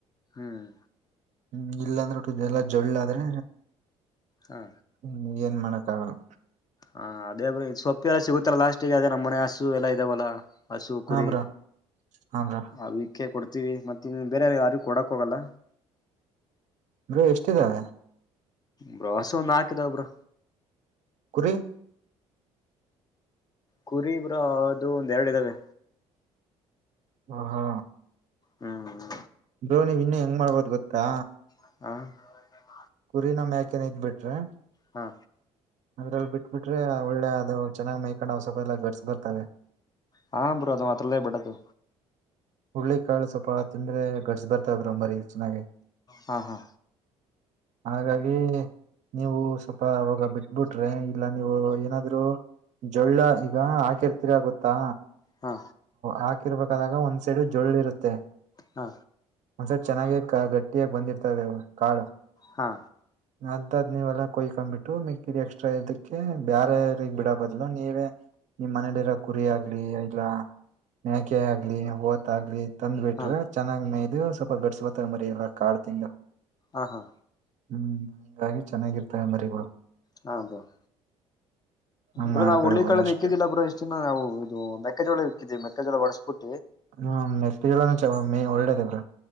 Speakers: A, on the left; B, on the right.
A: ಹ್ಮ್
B: ಹ್ಮ್ ಇಲ್ಲಾಂದ್ರೆಟ್ಟ ಎಲ್ಲಾ ಜಳ್ಳಾದ್ರೆ
A: ಹ್ಮ
B: ಹ್ಮ್ ಏನ್ ಮಾಡಕ್ಕಾಗಲ್ಲ
A: ಹಾ ಅದೇ ಬ್ರೊ ಸೊಪ್ಪೆಲ್ಲ ಸಿಗುತ್ತಲ್ಲ ಲಾಸ್ಟಿಗೆ ಅದೇ ನಮ್ಮ ಮನೆ ಹಸು ಎಲ್ಲ ಇದೆ ಹಸು ಕುರಿ
B: ಹಾ ಬ್ರೋ ಹಾ ಬ್ರೋ
A: ಅವಿಕ ಕೊಡ್ತ ಮತ್ತೆ ಇ ಬೇರೆ ಯಾರಿಗ ಕೊಡಕ್ ಹೋಗಲ್ಲ
B: ಬ್ರೊ ಎಷ್ಟಿದ್ದಾವೆ
A: ಬ್ರೊ ಹಸು ನಾಕಿದಾವ ಬ್ರೊ
B: ಕುರಿ
A: ಕುರಿ ಬ್ರೊ ಅದು ಒಂದ್ ಎರಡು ಇದ್ದಾವೆ
B: ಹ ಹಾ
A: ಹ್ಮ್್ಮ
B: ಬ್ರೋ ಇನ್ನು ಹೆಂಗ್ ಮಾಡ್ಬೋದು ಗೊತ್ತಾ
A: ಹ <unintelligible>
B: ಕುರಿ ನ್್ಯಾಕೆಏನ ಇದ್ ಬಿಟ್ರೆ
A: ಹಾ
B: ಅದ್ರಲ್ಲಿ ಬಿಟ್ ಬಿಿಟ್ರೆ ಒಳ್ಳೆ ಅದು ಚೆನ್ನಾಗ ಮೈಕೊಂಡ್ ಪಹ ಗರ್ಸ್ ಬರ್ತಾವೇ
A: ಹಾ ಬ್ರೋ ಅದು ಮಾತ್ರಲ್ಲೇ ಬಿಡದು
B: ಹುಳ್ಳಿ ಕಾಳು ಸ್ವಲ್ಪ ತಿಂದ್ರೆ ಗಡ್ಸ್ಿ ಬರ್ತಾ ಬ್ರಂಬರಿೀ ಚೆನ್ನಾಗಾಗಿ
A: ಹಾ ಹಾ
B: ಹಾಗಾಗಿ ನೀವು ಸ್ವಲ್ಪ ಅವಾಗ ಬಿಟ್ಬಿಟ್ರೆ ಇಲ್ಲ ನೀವು ಏನಾದ್ರು ಜೋೊಳ್ಳ ಈಗ ಹಾಕಿರ್ತರ ಗೊತ್ತಾ
A: ಹಾ
B: ಹಾಕಿರ್ಬೇಕಾದಾಗ ಒಂದು ಸೈಡ್ ಜೋಳ್ಳ ಇರುತ್ತೆ
A: ಹಾ
B: ಒಂದ್ಸೈಡ್ ಚೆನ್ನಾಗಿ ಗಟ್ಟಿಯಾಗಿ ಬಂದಿರ್ತದೆ ಕಾಳ
A: ಹಾ..
B: ಅದದ್ ನೀವಲ್ಲ ಕೊಯ್ಕೊಂಡ್ಬಿಟ್ಟು ಮಿಕ್ಕಿಲಿ ಎಕ್ಸ್ಟ್ರಾ ಇದಕ್ಕೆ ಬೇರೆಗ್ ಬಿಡ ಬದ್ಲು ನೀವೇ ನಿಮ್ ಮನೇಲಿರೋ ಕುರಿ ಆಗ್ಲಿ ಇಲ್ಲ ಮೆಣಕೆ ಆಗ್ಲಿ ಓತ್ ಆಾಗ್ಲಿ ತಂದ್ ಬಿಟ್ರ
A: ಹಾ
B: ಚೆನ್ನಾಗ್ ಮೇಲ್ ಸ್ವಲ್ಪ ಗಡ್ಸ್ ಬತ್ತ ಮರಿ ಎಲ್ಲ ಕಾಡ್ ತಿಂಗ
A: ಹ ಹಾ
B: ಹ್ಮ್ ಹಂಗಾಗಿ ಚೆನ್ನಾಗಿರ್ತವೆ ಮರಿಗಳು
A: ಹದು <unintelligible>
B: ಹಂಗ್
A: ಬ್ರ
B: ಮಾಡ್ಕೊಳ್ಬೋದು
A: ನಾವು ಹುಳ್ಳಿಾಳನ
B: ಅಷ್ಟೆ
A: ಇಕ್ಕಿದಿಲ್ಲ ಬ್ರ ಇಷ್ಟಿನ ನಾವು ಇದು ಮೆಕ್ಕೆಜೋಳ ಇಕ್ಕಿದವಿ ಮೆಕ್ಕೆಜೋಳ ಬಡಸ್ಬಿಟ್ಟು
B: ಹ್ಮ ಮೆತ್ತ ಮ ಒಳ್ಳೇದ ಬ್ರ